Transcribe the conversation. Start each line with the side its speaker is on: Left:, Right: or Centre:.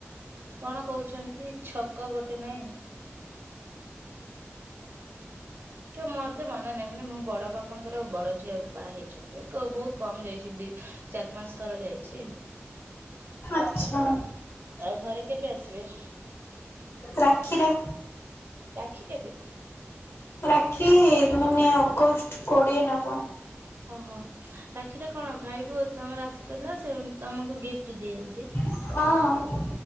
Right: କଣ କହୁଛନ୍ତି ଛକ ଗୋଟେ ନାଇଁ କି ମତେ ମନ ନାହିଁ ମାନେ ମୁଁ ବଡ ବାପାଙ୍କର ଆଉ ବଡ ଝିଅ ବାହା ହେଇଛନ୍ତି। ବହୁତ କମ ଯାଇଛି ଦି ଚାରି ପାଞ୍ଚ ଥର ଯାଇଛି।
Left: ଆଚ୍ଛା।
Right: ଆଉ ଘରେ କେବେ ଆସିବେ?
Left: ରାକ୍ଷୀରେ।
Right: ରାକ୍ଷୀ କେବେ?
Left: ରାକ୍ଷୀ ମାନେ ଅଗଷ୍ଟ କୋଡିଏ ନା କଣ?
Right: ଓହୋ ରାକ୍ଷୀରେ କଣ ଭାଇ କ ତମେ ରାକ୍ଷୀ ପିନ୍ଧାଅ ସେ ତମକୁ ଗିଫ୍ଟ ଦିଅନ୍ତି?
Left: ହଁ।